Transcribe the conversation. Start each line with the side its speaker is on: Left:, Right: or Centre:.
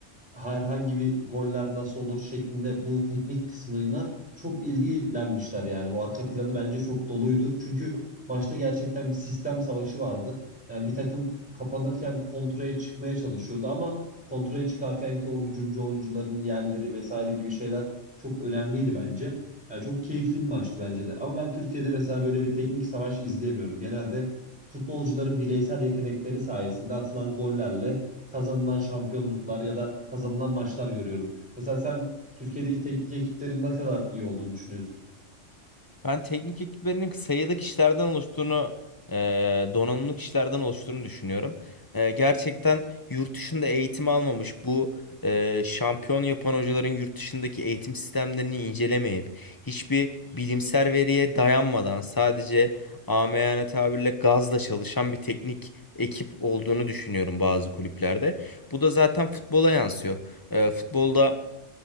Centre: herhangi bir goller nasıl olur şeklinde bu teknik kısmına çok ilgilenmişler yani. Bu arka planı bence çok doluydu. Çünkü maçta gerçekten bir sistem savaşı vardı. Yani bir takım kapanırken kontraya çıkmaya çalışıyordu ama kontraya çıkarken ki o hücumcu oyuncuların yerleri vesaire gibi şeyler çok önemliydi bence. Yani çok keyifli bir maçtı bence de. Ama ben Türkiye'de mesela böyle bir teknik savaş izleyemiyorum. Genelde futbolcuların bireysel yetenekleri sayesinde atılan gollerle kazanılan şampiyonluklar ya da kazanılan maçlar görüyorum. Mesela sen Türkiye'deki teknik ekiplerin ne kadar iyi olduğunu düşünüyorsun?
Left: Ben teknik ekiplerinin sayıda kişilerden oluştuğunu, e, donanımlı kişilerden oluştuğunu düşünüyorum. E, gerçekten yurt dışında eğitim almamış bu e, şampiyon yapan hocaların yurt dışındaki eğitim sistemlerini incelemeyip hiçbir bilimsel veriye dayanmadan sadece amiyane tabirle gazla çalışan bir teknik ekip olduğunu düşünüyorum bazı kulüplerde. Bu da zaten futbola yansıyor. E, futbolda